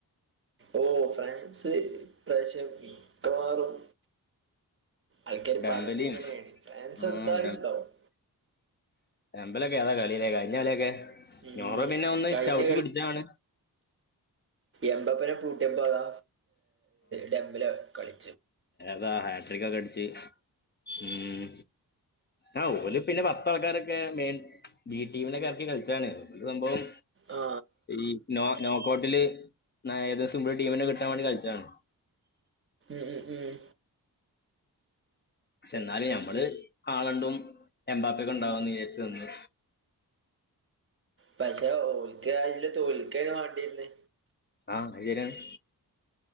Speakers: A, on the right; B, on the left.
A: ഓ ഫ്രാൻസ് ഇപ്രാവശ്യം മിക്കവാറും ആൾക്കാര്
B: ഡംബലിയും
A: പറണ എങ്ങനെയാണ് ഫ്രാൻസ്
B: ആഹ്
A: എന്താലുണ്ടവും
B: ഇലക്കെ താ കളയിലേ കഴിഞ്ഞ കളിയൊക്കെ
A: ഉം
B: ഞോറ പിന്നെ ഒന്ന്
A: കഴിഞ്ഞ
B: ചവിട്ടി പിടിച്ചാണ്
A: എമ്പപ്പുരം പൂട്ടിയപ്പ അതാ <unintelligible> ഡമ്പില് കളി
B: താ ഹാട്രിക്കൊക്കെ അടിച്ച് ഉം ആ ഓല് പിന്നെ പത്ത ആൾക്കാരൊക്കെ മെയിൻ ബി ടീമിനൊക്കെ എറക്കി കളിച്ചാണ് സംഭവം
A: ആ
B: ഈ നോ നോക്കൌട്ടില് ഏകദേശം നമ്മള് ടീമിന് കിട്ടാൻ വേണ്ടി കളിച്ച ഡൺ
A: ഉം ഊം
B: പക്ഷെ എന്നാലും ഞമ്മള് ആളണ്ടും എമ്പാപ്പൊക്കെ ഉണ്ടവാന്ന് വിചാരിച്ചു വന്ന്
A: പക്ഷെ ഓൽക്ക യില് തോൽക്കന് വേണ്ടിന്ന്
B: ആ അത് ശരിയാണ്.